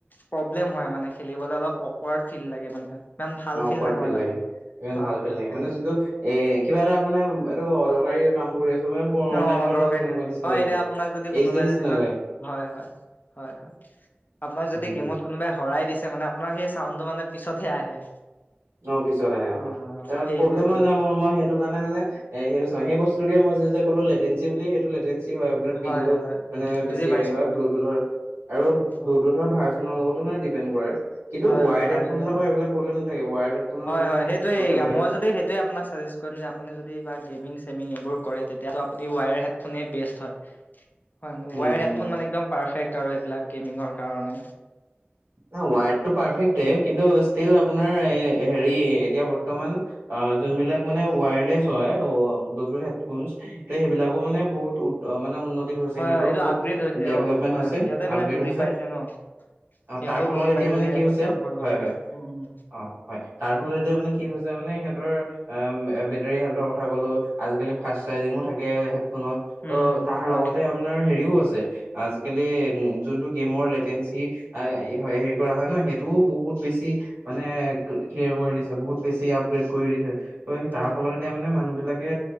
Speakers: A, on the left; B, on the right.
A: প্ৰব্লেম হয় মানে খেলিবলে অলপ অকৱাৰ্ড ফিল লাগে মানে ইমান ভাল
B: অ', অকৱাৰ্ড
A: নহয়
B: ফিল
A: মানে
B: লাগে, ইমান
A: হয়
B: ভাল
A: হয়
B: ফিল লাগে
A: সেইটোৱে
B: মানে যোনটো এ কিবা এটা মানে এইটো অদৰকাৰী কাম কৰি আছোঁ মানে পুৰণা
A: অ
B: দিনত
A: দৰকাৰী
B: আছোঁ তেনেকুৱা
A: দিন
B: নিচিনা
A: হয়
B: লাগি
A: এতিয়া
B: যায়,
A: আপোনাক যদি কোনোবাই
B: এইচ ডি নিচিনা
A: যেনিবা
B: লাগে
A: হয় হয় হয় হয় আপোনাক যদি
B: উম
A: গেমত কোনোবাই হৰাই দিছে মানে আপোনাৰ সেই চাউণ্ডটো মানে পিছতহে আহে।
B: অ পিছত আহে
A: অ
B: আহ ত
A: সেইটোৱে
B: প্ৰব্লেম
A: মানে
B: হৈ যাম ম মই সেইটোৰ কাৰণে মানে এ সেইটো সেই বস্তুে মই যি যে কলো লেটিন'চি বুলি সেইটো লে লেটিনচি হয় মানে পিনবোৰ
A: হয় হয়
B: মানে
A: বুজি
B: বেছি
A: পাইছো
B: হেৰি হয়
A: বুজি
B: ব্লুটুথৰ আৰু
A: অ
B: ব্লুটুথৰ ভাৰ দিপ্ৰেনট কৰে কিন্তু
A: হয়
B: <unintelligible>
A: ভাৰ্জনেল
B: ৱায়ড ফোনত
A: হয়
B: আপোনাৰ
A: হয় সেইটোয়ে
B: লগে লগে
A: মই যদি সেইটোৱে আপোনাক চাজেষ্ট কৰিম যে আপুনি যদি এইাৰ গেমিং চেমিং এইবোৰ কৰে তেতিয়াতো আপুনি ওৱায়াৰ হেডফোনেই বেষ্ট হয়। হয় ন ওৱায়াৰ
B: উম উম
A: হেডফোন
B: উম
A: মানে একদম পাৰফেক্ট আৰু এইবিলাক গেমিংৰ কাৰণে।
B: ন ওৱায়টো পাৰফেক্টেএ কিন্তু ষ্টিল আপোনাৰ হেৰি এতিয়া বৰ্তমান আ যোনবিলাগ মানে ওৱাৰলেচ হয় ব্লুটুথ হেডফোনচ ত সেইবিলাকো মানে বহুত অ মানে উন্নতি হৈছে
A: হয়
B: সিহঁতৰো
A: হয় এইটো
B: বহুত
A: আপগ্ৰেড হৈছে
B: ডেভেলপমেন্ট
A: অ হয়
B: হৈছে,
A: হয় সিহঁতে মানে
B: আপগ্ৰেড
A: বুজি
B: হৈছে
A: পাইছে ন
B: অ
A: সিহঁতেও
B: তাৰ ফলত
A: বুজি
B: এতিয়া
A: পাইছে
B: মানে
A: যে
B: কি
A: এপত
B: হৈছে
A: কাম কৰিব
B: হয়'
A: লাগে
B: হয়
A: উম উম
B: অ। হয় তাৰ ফলত এতিয়া মানে কি হৈছে মানে সিহঁতৰ বেটেৰী হেল্থৰ কথা ক'লো, আজিকালি ফাষ্ট চাৰ্জিঙো থাকে হেডফোনত
A: উম
B: টো
A: উম
B: তাহাৰ
A: হয়
B: লগতে আপোনাৰ হেৰিও আছে আজিকালি উ যোনটো গেমৰ লেটেঞ্চি হয় হেৰি কৰা হয় ন সেইটোও বহুত বেছি মানে ক্লিয়াৰ কৰি দিছে, বহুত বেছি আপগ্ৰেড কৰি দিছে। ত সেই তাৰ
A: অ
B: ফলত এতিয়া মানে মানুহ বিলাকে